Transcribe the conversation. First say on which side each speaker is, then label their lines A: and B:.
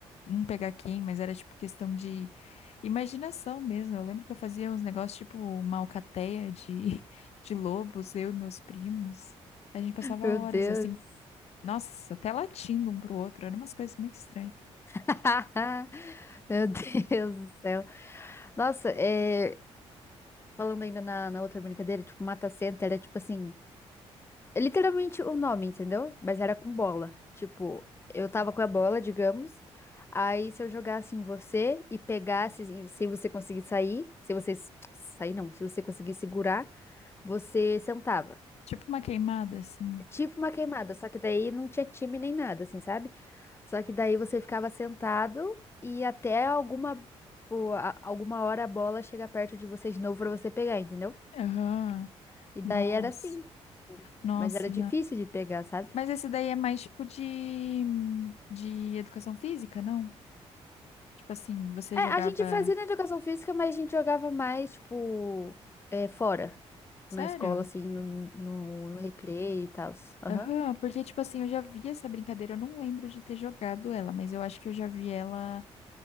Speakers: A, on the left; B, on the left.
A: um pegar quem, mas era, tipo, questão de imaginação mesmo. Eu lembro que eu fazia uns negócios, tipo, uma alcateia de, <laughs> de lobos, eu e meus primos. A gente passava
B: meu
A: horas,
B: Deus.
A: assim, nossa, até latindo um pro outro. Eram umas coisas muito estranhas.
B: <laughs> Meu Deus do céu. Nossa, é, falando ainda na, na outra brincadeira, tipo, mata-senta, era tipo assim. É Literalmente o nome, entendeu? Mas era com bola. Tipo, eu tava com a bola, digamos. Aí se eu jogasse em você e pegasse, e se você conseguir sair, se você s- sair não, se você conseguir segurar, você sentava.
A: Tipo uma queimada, assim.
B: É Tipo uma queimada, só que daí não tinha time nem nada, assim, sabe? Só que daí você ficava sentado e até alguma, pô, a- alguma hora a bola chega perto de você de novo pra você pegar, entendeu?
A: Aham.
B: E daí
A: Nossa.
B: era assim.
A: Nossa.
B: Mas era difícil de pegar, sabe?
A: Mas esse daí é mais tipo de, de educação física, não? Tipo assim, você
B: É,
A: jogava.
B: a gente fazia na educação física, mas a gente jogava mais, tipo, é, fora, tipo,
A: Sério?
B: na escola, assim, no, no, no recreio e tal. Aham.
A: Aham, porque tipo assim, eu já vi essa brincadeira, eu não lembro de ter jogado ela, mas eu acho que eu já vi ela.